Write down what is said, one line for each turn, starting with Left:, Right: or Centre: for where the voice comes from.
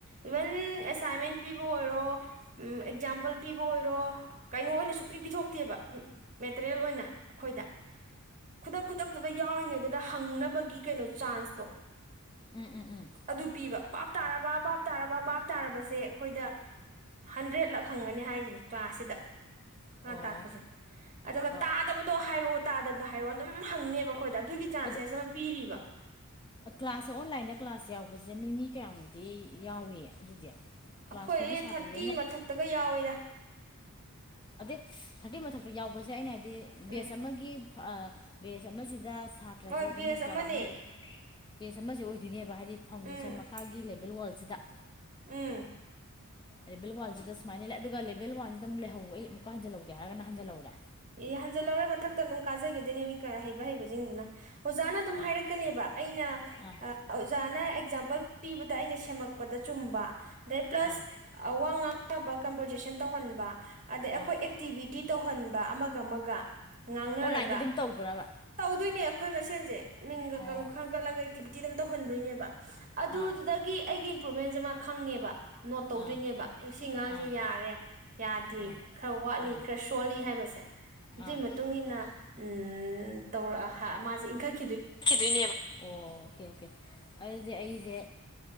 Right: ꯏꯚꯟ ꯑꯦꯁꯥꯏꯟꯃꯦꯟ ꯄꯤꯕ ꯑꯣꯏꯔꯣ ꯑꯝ ꯑꯦꯛꯖꯥꯝꯄꯜ ꯄꯤꯕ ꯑꯣꯏꯔꯣ ꯀꯩꯅꯣ ꯑꯣꯏꯅ ꯁꯨꯄꯤ ꯄꯤꯊꯣꯛꯇꯦꯕ ꯑꯝ ꯃꯦꯇꯔꯤꯌꯦꯜ ꯑꯣꯏꯅ ꯑꯩꯈꯣꯏꯗ ꯈꯨꯗꯛ ꯈꯨꯗꯛꯇꯨꯗ ꯌꯥꯎꯔꯤꯉꯩꯗꯨꯗ ꯍꯪꯅꯕꯒꯤ ꯀꯩꯅꯣ ꯆꯥꯟꯁꯇꯣ
Left: ꯎꯝ ꯎꯝ ꯎꯝ
Right: ꯑꯗꯨ ꯄꯤꯕ ꯕꯥꯞ ꯇꯥꯔꯕ ꯕꯥꯞ ꯇꯥꯔꯕ ꯕꯥꯞ ꯇꯥꯔꯕꯁꯦ ꯑꯩꯈꯣꯏꯗ ꯍꯟꯗ꯭ꯔꯦꯗ ꯂꯛ ꯍꯪꯒꯅꯤ ꯍꯥꯏꯁꯤꯅꯤ ꯀ꯭ꯂꯥꯁꯁꯤꯗ ꯃꯥ
Left: ꯑꯣ
Right: ꯇꯥꯛꯄꯁꯦ ꯑꯗꯨꯒ
Left: ꯑꯣ
Right: ꯇꯥꯗꯕꯗꯣ ꯍꯥꯏꯔꯛꯑꯣ ꯇꯥꯗꯕꯗꯣ ꯍꯥꯏꯔꯛꯑꯣ ꯑꯗꯨꯝ ꯍꯪꯅꯦꯕ ꯑꯩꯈꯣꯏꯗ ꯑꯗꯨꯒꯤ ꯆꯥꯟꯁꯦꯁ
Left: ꯑꯗꯨ
Right: ꯑꯃ ꯄꯤꯔꯤꯕ
Left: ꯀ꯭ꯂꯥꯁꯁꯦ ꯑꯣꯟꯂꯥꯏꯟꯗ ꯀ꯭ꯂꯥꯁ ꯌꯥꯎꯕꯁꯦ ꯃꯤ ꯃꯤ ꯀꯌꯥꯃꯨꯛꯇꯤ ꯌꯥꯎꯏ ꯑꯗꯨꯗꯤ ꯀ꯭ꯂꯥꯁꯇꯨꯒꯤ
Right: ꯑꯩꯈꯣꯏ
Left: ꯁꯥꯇ꯭ꯔ
Right: ꯊꯔꯇꯤ
Left: ꯂꯣꯏꯅꯃꯛ
Right: ꯃꯊꯛꯇꯒꯥ ꯌꯥꯑꯣꯏꯗꯥ
Left: ꯑꯗꯩ ꯊꯥꯔꯇꯤ ꯃꯊꯛꯇ ꯌꯥꯎꯕꯁꯦ ꯑꯩꯅ ꯍꯥꯏꯗꯤ
Right: ꯎꯝ
Left: ꯕꯦꯁ ꯑꯃꯒꯤ ꯑ ꯕꯦꯁ ꯑꯃꯁꯤꯗ ꯁꯥꯇ꯭ꯔꯁꯦ
Right: ꯍꯣꯏ
Left: ꯑꯗꯨꯝ
Right: ꯕꯤꯁ
Left: ꯆꯥꯎꯔꯥꯛꯅ
Right: ꯑꯃꯅꯦ
Left: ꯕꯦꯁ ꯑꯃꯁꯦ ꯑꯣꯏꯗꯣꯏꯅꯦꯕ ꯍꯥꯏꯗꯤ ꯐꯥꯎꯟꯗꯦꯁꯟ
Right: ꯎꯝ
Left: ꯃꯈꯥꯒꯤ ꯂꯦꯕꯦꯜ ꯋꯥꯔꯜꯁꯤꯗ
Right: ꯎꯝ
Left: ꯂꯦꯕꯦꯜ ꯋꯥꯟꯁꯤꯗ ꯁꯨꯃꯥꯏꯅ ꯂꯩ ꯑꯗꯨꯒ ꯂꯦꯕꯦꯜ ꯋꯥꯟꯁꯤꯗ ꯑꯃꯨꯛ ꯂꯩꯍꯧꯕ ꯑꯩ ꯑꯃꯨꯛꯀ ꯍꯟꯖꯜꯍꯧꯦꯔꯒꯅ ꯍꯟꯖꯜꯍꯧꯔꯦ
Right: ꯑꯦ ꯍꯟꯖꯜꯍꯧꯔꯦ ꯃꯊꯛꯇ ꯑꯗꯨꯝ ꯀꯥꯖꯈꯤꯦꯗꯣꯏꯅꯦ ꯃꯤꯀ ꯍꯩꯕ ꯍꯩꯕꯁꯤꯡꯗꯨꯅ ꯑꯣꯖꯥꯅ ꯑꯗꯨꯝ
Left: ꯑꯥ
Right: ꯍꯥꯏꯔꯛꯀꯅꯦꯕ ꯑꯩꯅ
Left: ꯑꯥ
Right: ꯑꯣꯖꯥꯅ ꯑꯦꯛꯖꯥꯝꯄꯜ ꯄꯤꯕꯗ ꯑꯩꯅ ꯁꯦꯝꯃꯛꯄꯗ ꯆꯨꯝꯕ ꯑꯗꯩ ꯄ꯭ꯂꯁ
Left: ꯑꯥ
Right: ꯑꯥ ꯋꯥ ꯉꯥꯡꯕ ꯀꯕꯔꯖꯦꯁꯟ ꯇꯧꯍꯟꯕ ꯑꯗꯩ ꯑꯩꯈꯣꯏ
Left: ꯑꯥ
Right: ꯑꯦꯛꯇꯤꯚꯇꯤ ꯇꯧꯍꯟꯕ ꯑꯃꯒ ꯑꯃꯒ ꯉꯥꯡꯅꯔꯒ
Left: ꯑꯣꯟꯂꯥꯏꯟꯗ ꯑꯗꯨꯝ ꯇꯧꯕ꯭ꯔꯕ
Right: ꯇꯧꯗꯣꯏꯅꯦ ꯑꯩꯈꯣꯏ ꯃꯁꯦꯟꯁꯦ ꯃꯤꯡꯒ
Left: ꯑꯣ
Right: ꯀꯟ ꯈꯟꯒꯠꯂꯒ ꯑꯦꯛꯇꯤꯕꯤꯇꯤ ꯑꯗꯨꯝ ꯇꯧꯍꯟꯗꯣꯏꯅꯦꯕ ꯑꯗꯨꯗꯨꯗꯒꯤ
Left: ꯑꯥ
Right: ꯑꯩꯒꯤ ꯏꯝꯄ꯭ꯔꯨꯕꯃꯦꯟꯁꯦ ꯃꯥ ꯈꯪꯉꯦꯕ ꯅꯣꯠ ꯇꯧꯗꯣꯏꯅꯦꯕ
Left: ꯑꯥ
Right: ꯑꯦ ꯁꯤ ꯉꯥꯡꯁꯦ
Left: ꯑꯥ
Right: ꯌꯥꯔꯦ ꯌꯥꯗꯦ
Left: ꯑꯥ
Right: ꯈꯔ ꯋꯥꯠꯂꯤ
Left: ꯑꯥ
Right: ꯈꯔ ꯁꯣꯜꯂꯤ ꯍꯥꯏꯕꯗ ꯁꯦ ꯑꯗꯨꯏ
Left: ꯑꯥ
Right: ꯃꯇꯨꯡ ꯏꯟꯅ ꯑꯝ ꯇꯧꯔꯑ ꯍ ꯃꯥꯖꯦ ꯏꯪꯈꯠ
Left: ꯈꯤꯗꯣꯏꯅꯦꯕ ꯑꯣ ꯑꯣꯀꯦ ꯑꯣꯀꯦ ꯑꯗꯨꯗꯤ ꯑꯩꯁꯦ